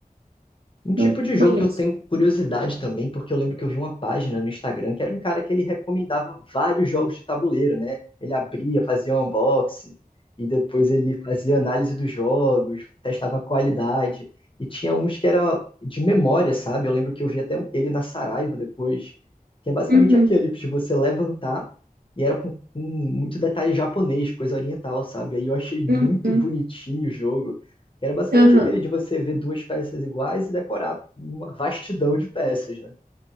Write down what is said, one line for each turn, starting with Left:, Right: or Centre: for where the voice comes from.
Left: Um tipo
Right: Não
Left: de jogo
Right: conheço.
Left: que eu tenho curiosidade também, porque eu lembro que eu vi uma página no Instagram que era um cara que ele recomendava vários jogos de tabuleiro, né? Ele abria, fazia um unboxing, e depois ele fazia análise dos jogos, testava a qualidade, e tinha uns que era de memória, sabe? Eu lembro que eu vi até ele na Saraiva depois, que é basicamente
Right: Uhum.
Left: aquele de você levantar, e era com, com muito detalhe japonês, coisa oriental, sabe? Aí eu achei muito
Right: Uhum.
Left: bonitinho o jogo que era basicamente
Right: Aham.
Left: aquele de você ver duas peças iguais e decorar uma vastidão de peças, né?